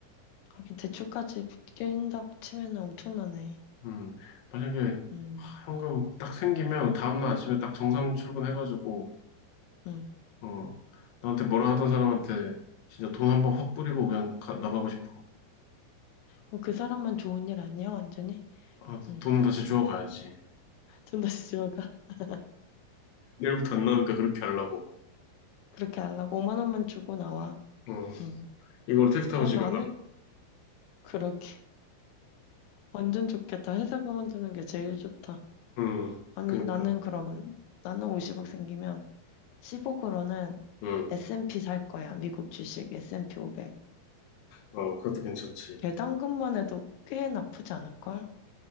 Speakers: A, on the left; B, on the left.
A: 하긴 대출까지 낀다고 치면은 엄청나네.
B: 음, 만약에
A: 응,
B: 현금 딱 생기면 다음날 아침에 딱 정상 출근해가지고
A: 응.
B: 어, 나한테 뭐라 하던 사람한테 진짜 돈 한번 확 뿌리고 그냥 가- 나가고 싶어.
A: 어, 그 사람만 좋은 일 아니야, 완전히?
B: 아,
A: 응.
B: 돈은 다시
A: <laughs>
B: 주워 가야지.
A: 돈 다시 들어가. <laughs>
B: 내일부터 안 나오니까 그렇게 하려고.
A: 그렇게 하려고. 5만 원만 주고 나와.
B: 어,
A: 응.
B: 이걸 택시 타고
A: 어,
B: 집에
A: 나는
B: 가라.
A: 그렇게. <laughs> 완전 좋겠다. 회사 그만두는 게 제일 좋다.
B: 응,
A: 아니,
B: 그니까.
A: 나는 그러면, 나는 50억
B: 응,
A: 생기면 10억으로는
B: 응.
A: S&P 살 거야. 미국 주식 S&P 500.
B: 어, 그것도 괜찮지.
A: 배당금만 해도 꽤 나쁘지 않을걸?